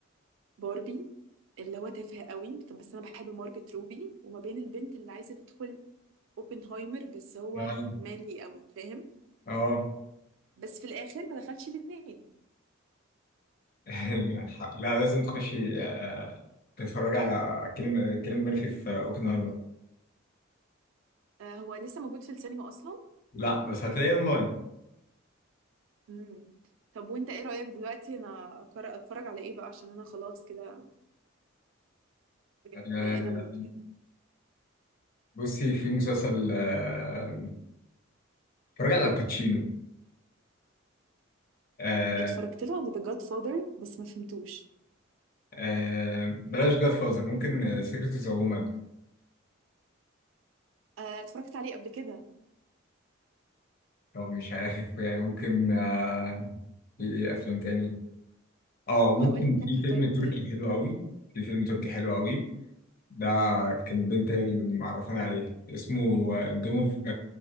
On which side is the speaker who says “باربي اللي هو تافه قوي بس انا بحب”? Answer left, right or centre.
Right